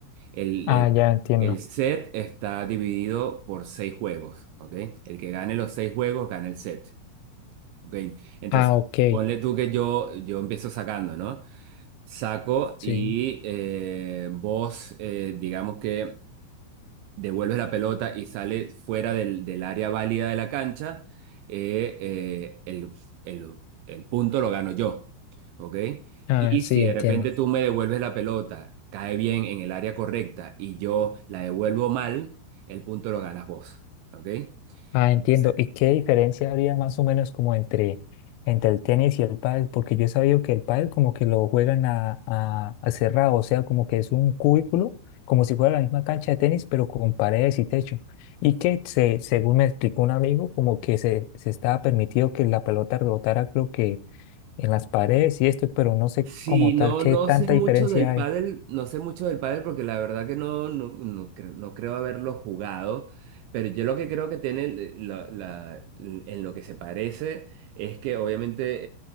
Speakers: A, on the right (about 85°); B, on the left (about 85°).
A: El,
B: Ah,
A: el-
B: ya entiendo.
A: el set está dividido por seis juegos, ¿ok? El que gane los seis juegos gana el set, ¿ok? Entonces,
B: Ah, ok.
A: ponle tú que yo, yo empiezo sacando, ¿no? Saco
B: Sí.
A: y eh, vos, eh, digamos que devuelves la pelota y sale fuera del, del área válida de la cancha, eh, eh, el, el- el punto lo gano yo, ¿ok?
B: Ah,
A: Y
B: sí,
A: si de
B: entiendo.
A: repente tú me devuelves la pelota, cae bien en el área correcta y yo la devuelvo mal, el punto lo ganas vos, ¿ok?
B: Ah, entiendo.
A: Entonces,
B: ¿Y qué diferencia habría más o menos como entre, entre el tenis y el pádel? Porque yo he sabido que el pádel como que lo juegan a, a, a cerrado, o sea, como que es un cubículo, como si fuera la misma cancha de tenis, pero con paredes y techo. Y que se, según me explicó un amigo, como que se, se estaba permitido que la pelota rebotara, creo que en las paredes y esto, pero no sé como
A: Sí,
B: tal
A: no,
B: qué
A: no
B: tanta
A: sé mucho
B: diferencia
A: del
B: hay.
A: pádel, no sé mucho del pádel porque la verdad que no, no, no, cre- no creo haberlo jugado, pero yo lo que creo que tiene el- la, la- en lo que se parece es que obviamente